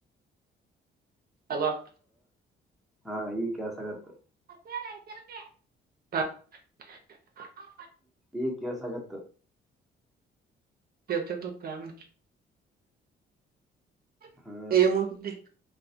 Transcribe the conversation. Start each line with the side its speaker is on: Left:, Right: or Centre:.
Right: ಹಲೋ
Centre: ಹಾ ಈ ಕೇಳ್ಸ್ತಾ ಇದೆ
Right: <inaudible>
Centre: ಈಗ್ ಕೇಳ್ಸ್ತಾಗತ್ತು.
Right: <unintelligible> <unintelligible>
Centre: ಹಾ